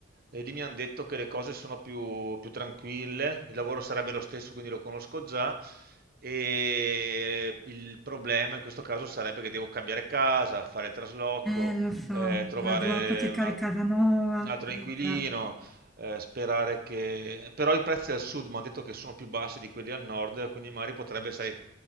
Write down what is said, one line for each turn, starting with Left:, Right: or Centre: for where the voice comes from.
Right: E lì mi hanno detto che le cose sono più, più tranquille, il lavoro sarebbe lo stesso, quindi lo conosco già. E il problema in questo caso sarebbe che devo cambiare casa, fare il trasloco,
Centre: Eh, lo so,
Right: eh, trovare
Centre: trasloco circa
Right: un, al-
Centre: le Casanova.
Right: un altro
Centre: Eh
Right: inquilino,
Centre: già.
Right: eh, sperare che... Però i prezzi al sud mi hanno detto che sono più bassi di quelli al nord, quindi magari potrebbe, sai,